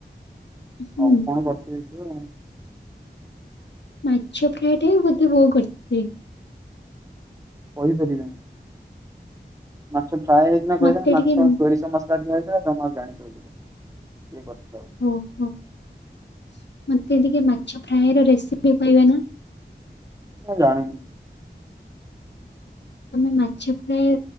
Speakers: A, on the left (about 70°); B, on the right (about 20°).
A: ହୁଁ
B: ଆଉ କଣ କରିଥିଲେ? ହୁଁ।
A: ମାଛ ଫ୍ରାଏଟା ବୋଧେ ବୋଉ କରଛି।
B: କହିପାରିବା ନି। ମାଛ। ଫ୍ରାଏ ହେଇଦିନ କହିଲା
A: ମତେ
B: ମାଛ
A: ଟିକେ
B: ସୋରି ମସଲା ଦିଆ କିରା ତମର ଜାଣିପାରିଲିନି କିଏ କରି
A: ଓହୋ ମତେ ଟିକେ ମାଛ ଫ୍ରାଏ ର ରେସିପି କହିବେ ନା।
B: ମୁଁ ଜାଣିନି।
A: ତମେ ମାଛ ଫ୍ରାଏ